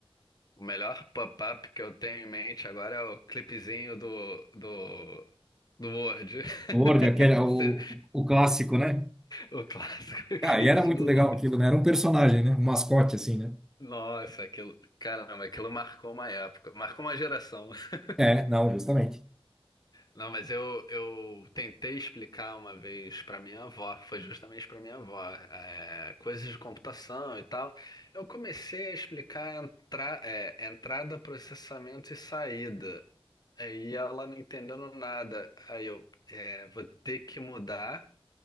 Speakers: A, on the left; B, in the centre.
A: O melhor pop-up que eu tenho em mente agora é o clipezinho do, do, do Word. <laughs>
B: Word, aquele, o,
A: Cê-
B: o clássico, né?
A: O clássico <laughs> clipe
B: Ah, e era muito
A: do.
B: legal aquilo, né? Era um personagem, né? Um mascote, assim, né?
A: Nossa, aquilo. Caramba, aquilo marcou uma época, marcou uma geração. <laughs>
B: É, não, justamente.
A: Não, mas eu, eu tentei explicar uma vez pra minha avó, foi justamente pra minha avó, é, coisas de computação e tal. Eu comecei a explicar entra, é, entrada, processamento e saída. Aí ela não entendendo nada. Aí eu é, vou ter que mudar